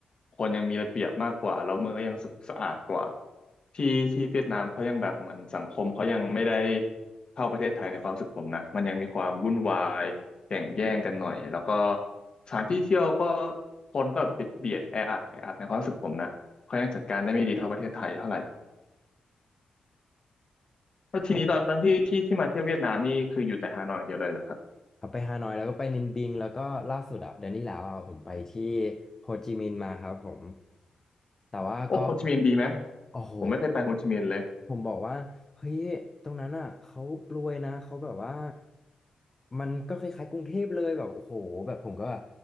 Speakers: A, on the left; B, on the left.
A: คนยังมีระเบียบมากกว่าแล้วเมืองก็ยังสะสะอาดกว่าที่ที่เวียดนามเขายังแบบเหมือนสังคมเขายังไม่ได้เท่าประเทศไทยในความรู้สึกผมนะมันยังมีความวุ่นวายแข่งแย่งกันหน่อยแล้วก็สถานที่เที่ยวก็คนก็เบียดเบียดแออัดแออัดในความรู้สึกผมนะเขายังจัดการได้ไม่ดีเท่าประเทศไทยเท่าไหร่ แล้วทีนี้ตอนนั้นที่ที่ที่มาเที่ยวเวียดนามนี่คืออยู่แต่ฮานอยอย่างเดียวเลยเหรอครับ
B: ครับไปฮานอยแล้วก็ไปนินบิงแล้วก็ล่าสุดอะเดือนที่แล้วอะผมไปที่โฮจิมินห์มาครับผมแต่ว่าก็
A: โอ้โฮจิมินห์ดีไหม
B: โอ้โห
A: ผมไม่เคยไปโฮจิมินห์เลย
B: ผมบอกว่าเฮ้ยตรงนั้นอ่ะเขารวยนะเขาแบบว่ามันก็คล้ายๆกรุงเทพเลยแบบโอ้โหแบบผมก็แบบ